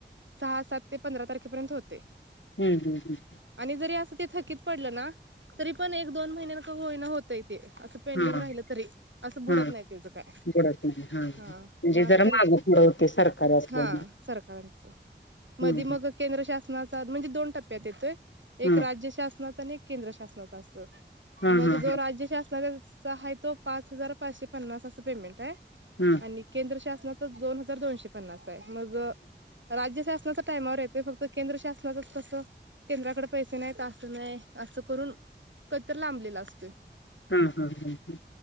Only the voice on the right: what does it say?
सहा सात ते पंधरा तारखेपर्यंत होते
आणि जरी असं ते थकीत पडलं ना तरी पण एक दोन महिन्या होईना होतय ते असं पेंडिंग
राहिलं तरी असं बुडत
नाही तचं काय
हा मग आता
तरी
हा सरकारांचं
मध मग केंद्र शासनाचा म्हणजे दोन टप्प्यात येतोय
एक राज्य शासनाचा केंद्र शासनाचा अस
मग
जो राज्य शासना सय तो पाच हजार पाचशे पन्नास असं पेमेंट आहे
आणि केंद्र श दोन हजार दोनशे पन्नास आहे मग राज्य शासनाच्या टामावर येतोय फक्त केंद्र शासनाचंच कसं केंद्राकडे पैसे नाही तासं नाही असं करून कहीतर लांबलेला असतो